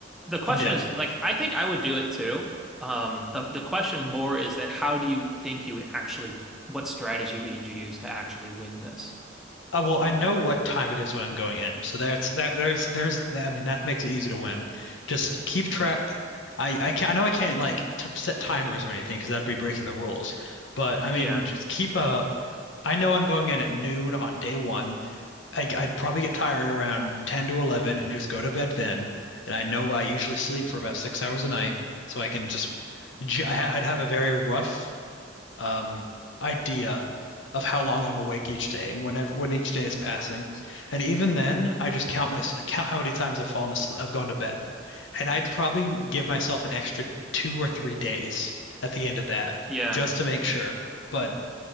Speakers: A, in the centre; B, on the left.
A: the question
B: I'm down.
A: is like I think I would do it too. Um the the question more is that how do you think you would actually what strategy would you use to actually win this?
B: Uh, well, I know what time it is when I'm going in. So that's that there's there's I mean that makes it easy to win. Just keep track I I can I know I can't like t set timers or anything because that'd be breaking the rules. But I mean
A: Yeah.
B: just keep a I know I'm going in at noon on day one. I, I'd probably get tired around 10 to 11 and just go to bed then. And I know I usually sleep for about six hours a night, so I can just j- I- I'd have a very rough um, idea of how long I'm awake each day and when I, when each day is passing. And even then, I just count my count how many times I've fallen asleep, I've gone to bed. And I'd probably give myself an extra two or three days at the end of that
A: Yeah,
B: just to make sure. But